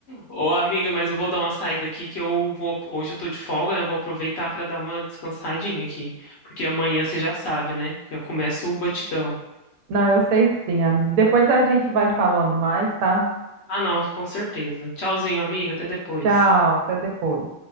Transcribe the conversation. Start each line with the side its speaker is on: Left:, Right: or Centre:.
Left: Ô, amiga, mas eu vou dar uma saída aqui que eu vou. Hoje eu tô de folga, né? Eu vou aproveitar pra dar uma descansadinha aqui. Porque amanhã você já sabe, né? Já começa o batidão.
Right: Não, eu sei sim, amiga. Depois a gente vai falando mais, tá?
Left: Ah, não, com certeza. Tchauzinho, amiga. Até depois.
Right: Tchau, até depois.